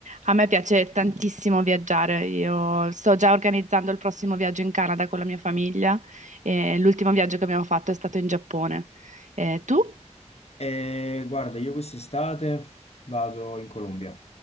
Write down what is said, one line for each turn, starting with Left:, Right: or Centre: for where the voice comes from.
Right: A me piace tantissimo viaggiare, io sto già organizzando il prossimo viaggio in Canada con la mia famiglia e l'ultimo viaggio che abbiamo fatto è stato in Giappone. Eh, tu?
Left: Eh, guarda, io quest'estate vado in Colombia.